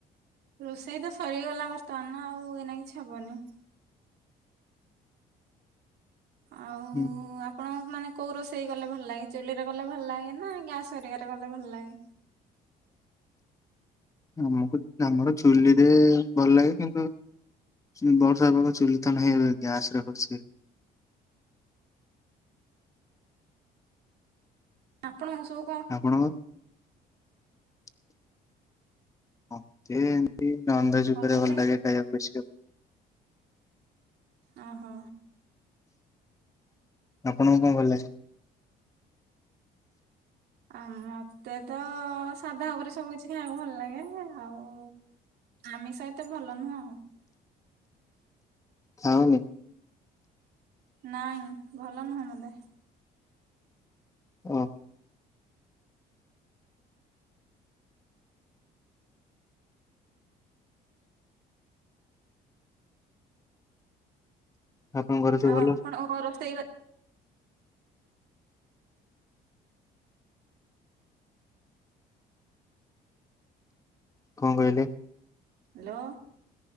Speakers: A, on the right; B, on the left.
A: ରୋଷେଇ ତ ସରିଗଲା ବର୍ତ୍ତମାନ ଆଉ ଏଇନା କିଛି ହବନି। ଆଉ
B: ହୁଁ।
A: ଆପଣ ମାନେ କୋଉ ରୋଷେଇ କଲେ ଭଲ ଲାଗେ ଚୁଲିରେ ଗଲେ ଭଲ ଲାଗେ ନା ଗ୍ୟାସ କରିକାରେ ଗଲେ ଭଲ ଲାଗେ।
B: ଆମକୁ ଆମର ଚୁଲିରେ ଭଲ ଲାଗେ କିନ୍ତୁ ବର୍ଷା ପାଗ ଚୁଲିଥନ ହେଇବେ ଗ୍ୟାସ କରୁଛି।
A: ଆପଣ ସୋ
B: ଆପଣଙ୍କ <unintelligible> ହ ସେ ଇ ନନ୍ ଭେଜ
A: କଣ
B: ଉପରେ
A: କହିଲେ?
B: ଭଲ ଲାଗେ ଖାଇବାକୁ ବେଶିଆଉ।
A: ଓହୋ।
B: <inaudible> ଆପଣଙ୍କୁ କଣ ଭଲ ଲାଗେ?
A: ଆ ମତେ ତ ସାଧା ଉପରେ ସବୁ କିଛି ଖାଇବାକୁ ଭଲ ଲାଗେ ଆଉ ଆମିଷ ଏତେ ଭଲ ନୁହଁ ଆଉ।
B: ହଉନି।
A: ନାଇଁ ଭଲ ନୁହଁ ମୋତେ।
B: ଓହୋ। ଆପଣଙ୍କ ଘରେ ସବୁ
A: ଆଉ
B: ଭଲ
A: ଆପଣ
B: ଅଛନ୍ତି
A: କ ରୋଷେଇ <unintelligible>
B: କଣ କହିଲେ?
A: ହ୍ୟାଲୋ।